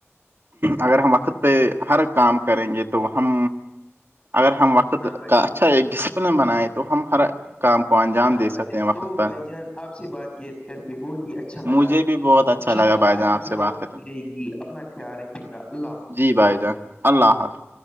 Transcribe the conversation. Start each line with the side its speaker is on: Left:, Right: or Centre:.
Right: اگر ہم وقت پہ ہر کام کریں گے تو ہم اگر ہم وقت
Left: ہاں بھائی
Right: کا
Left: جان
Right: اچھا ڈسپلن بنائیں تو ہم ہر کام کو انجام
Left: ہاں
Right: دے سکتے
Left: بھائی جان
Right: ہیں وقت
Left: تو
Right: پر
Left: بھائی جان آپ سے بات کر کے بہت ہی اچھا لگا
Right: مجھے بھی بہت اچھا
Left: انشاء
Right: لگا
Left: اللہ
Right: بھائی
Left: آگے
Right: جان آپ
Left: بھی
Right: سے
Left: بات
Right: کرتے
Left: ہوتی رہے گی اپنا خیال رکھیے گا اللہ
Right: ہیں۔
Left: حافظ
Right: جی بھائی جان اللہ حافظ